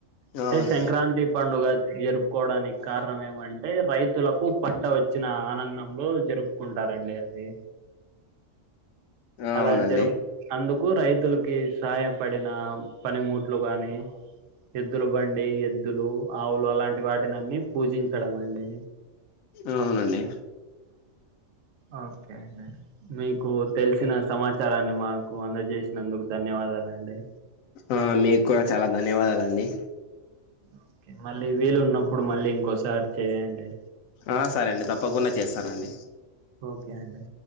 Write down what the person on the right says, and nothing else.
అంటే
సంక్రాంతి పండుగ జ్ ఇయరు కోవడానికి కారణం ఏమంటే రైతులకు పంట వచ్చిన ఆనందంలో జరుపుకుంటారండి అది
అలా జరుగ్ అందుక్ కు రైతులకి సహాయపడిన పనిమూట్లు గాని ఎద్దులు బండి ఎద్దులు ఆవులు అలాంటి వాటినిన్నిీ పూజించడం అండి
ఓకే అండి మీకు తెలిసిన సమాచారాన్ని మాకు అందజేసినందుకు దన్ ధన్యవాదాలండి
ఓకే మళ్ళీ వీలు ఉన్నప్పుడు మళ్ళీ ఇంకోసారి చేయండి
ఓకే అండి